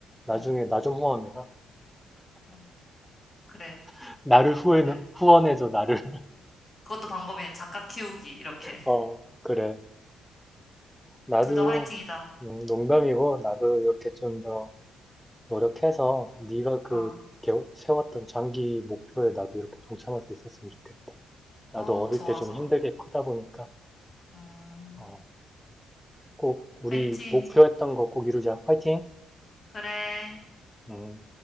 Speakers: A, in the centre; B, on the left.
A: 나중에
B: 응,
A: 나 좀 후원해라.
B: 응. 그래,
A: <laughs> 나를 후회는,
B: 그래야지.
A: 후원해줘, 나를. <laughs>
B: 그것도 방법이네. 작가 키우기, 이렇게. <laughs>
A: 어, 그래. 나도,
B: 둘 다 화이팅이다.
A: 음, 농담이고, 나도 이렇게 좀 더, 노력해서 네가 그
B: 어,
A: 겨- 세웠던 장기 목표에 나도 이렇게 동참할 수 있었으면 좋겠다. 나도
B: 어,
A: 어릴
B: 좋아,
A: 때 좀
B: 좋아.
A: 힘들게 크다 보니까
B: 음,
A: 어, 꼭 우리
B: 화이팅.
A: 목표했던 거 꼭 이루자. 화이팅!
B: 그래.
A: 음.